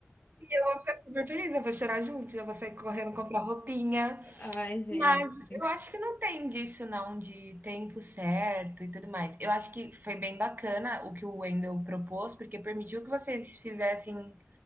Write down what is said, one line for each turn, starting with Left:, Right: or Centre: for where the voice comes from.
Right: eu vou ficar super feliz, eu vou chorar junto, eu vou sair correndo comprar roupinha.
Left: <laughs> Ai, gente.
Right: Mas eu acho que não tem disso não, de tempo certo e tudo mais. Eu acho que foi bem bacana o que o Wendel propôs, porque permitiu que vocês fizessem